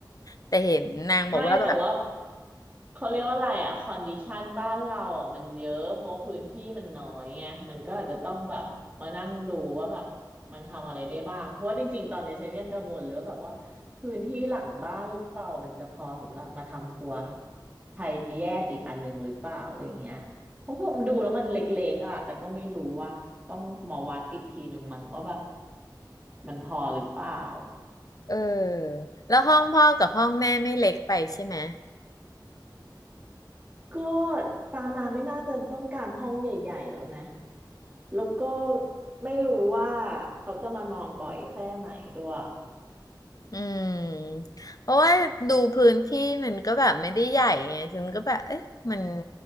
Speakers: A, on the left; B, on the right.
A: แต่เห็นนางบอกว่าแบบ
B: ไม่แต่ว่าเขาเรียกว่าอะไรอ่ะคอนดิชันบ้านเราอ่ะมันเยอะเพราะว่าพื้นที่มันน้อยไงมันก็อาจจะต้องแบบมานั่งดูว่าแบบมันทำอะไรได้บ้างเพราะว่าจริงๆตอนเนี้ยฉันยังกังวลเลยว่าแบบว่าพื้นที่หลังบ้านเรามันจะพอสำหรับมาทำครัวไทยแยกอีกอันหนึงหรือเปล่าอะไรเงี้ยเพราะผมดูแล้วมันเล็กๆอ่ะแต่ก็ไม่รู้ว่าต้องมาวัดอีกทีหนึ่งมั้งว่าแบบมันพอหรือเปล่า
A: เออแล้วห้องพ่อกับห้องแม่ไม่เล็กไปใช่ไหม
B: ก็ปามาไม่น่าจะต้องการห้องใหญ่ๆแล้วไหมแล้วก็ไม่รู้ว่าเขาจะมานอนบ่อยแค่ไหนด้วย
A: อืมเพราะว่าดูพื้นที่มันก็แบบไม่ได้ใหญ่ไงฉันก็แบบเอ๊ะมัน